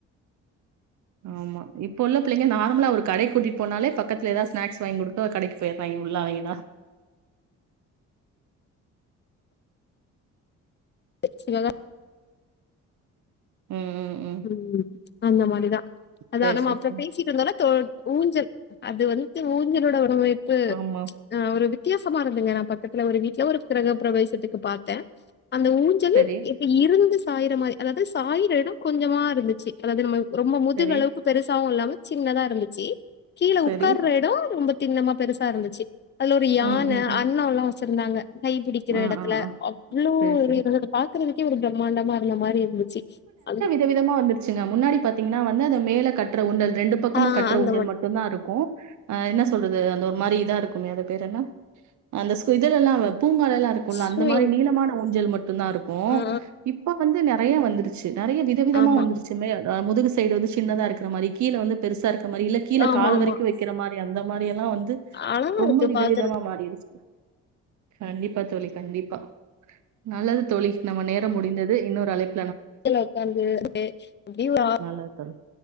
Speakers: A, on the right (about 70°); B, on the left (about 35°).
A: ஆமா இப்போ உள்ள பிள்ளைங்க நார்மலா ஒரு கடை கூட்டிட்டு போனாலே பக்கத்துல ஏதாவது ஸ்நாக்ஸ் வாங்கி குடுத்தோ கடைக்கு போய்ட்றாங்க உள்ள அவங்கதா
B: <unintelligible>
A: ம் ம் ம்
B: உம் அந்தமாரிதா அதா
A: சரி
B: நாம
A: சரி
B: அப்றோ
A: சரி
B: பேசிட்ருந்தோல தோ ஊஞ்சல் அது வந்து ஊஞ்சலோட <unintelligible>
A: ஆமா
B: <unintelligible> அஹ் ஒரு வித்தியாசமா இருந்துங்க நா பக்கத்துல ஒரு வீட்டு்ல ஒரு ப்ரக ப்ரவேசத்துக்கு பாத்த அந்த ஊஞ்சலு
A: சரி
B: இப்ப இருந்துஸ் சாயிர மாரி அதாது சாயிர எடொ கொஞ்சமா இருந்துச்சு அதாது நம்ம ரொம்ப முதுகளவுக்கு
A: சரி
B: பெருசாவு இல்லாம சின்னதா இருந்துச்சி கீழ
A: சரி
B: உக்கார்ர எடோ நம்ப தின்னமா பெருசா இருந்துச்சி அதுல ஒரு யானை
A: ம் ம் ம்
B: அண்ணோல்லா சிருந்தாங்க கைபிடிக்கிற
A: ஆ
B: எடத்துல
A: ஆ ஆ
B: அவ்ளோ
A: சரி
B: இப்டி
A: சரி
B: இருந்துதுபா குறதுக்கே ஒரு ப்ரம்மாண்டமா இருந்த மாரி இருக் ந்ச்சி அதுகு
A: துவிதமா வந்துர்ச்சுங்க முன்னாடி பாத்தீங்னா வ ந் அது மேல கற்ற உண்டல் ரெண்டு பக்கமு
B: ஆ
A: கட்ற
B: அந்த
A: ஊஞ்சல் மட்டுந்தா இருக்கு அ என்ன சொல்றது அந்த ஒரு மாரி இதாருக்கு அம்மி அது பேரென்ன அந்த ஸ்கூ இதலெல்லா வெப் பூங்காலெல்லா இருக்குல்ல
B: ஸ்விங்
A: அந்த மாரி நீளமான ஊஞ்சல் மட் டுந்தாருக்கு
B: ஆ
A: இப்ப வந்து நெற் றையா வந்துருச் நறைய விதவிதமா
B: ஆமா
A: வந்துருச்சுமே அ முதுகு சைடு வந்து சின்னதா இருக்குற மாரி கீழ வந்து பெருசா இருக் க்க மாரி இல்ல கீழ
B: ஆமா
A: கால்
B: ஆமா
A: வரிக்கு வக்கிற மார் ஏ அந்த மாரியா லா வந்து
B: அழகா
A: ரொம்ப
B: இருக்கு
A: விதவிதமா
B: பாக்குறதுக்கு
A: மாறிருச் கண்டிப்பா தோழி கண்டிப்பா நல்லது தோழி நம்ம நேரம் முடிந்தது இன்னொரு அழைப்பு
B: ல உக்காந்து அ அ <unintelligible> வா
A: நல்லது தோழி.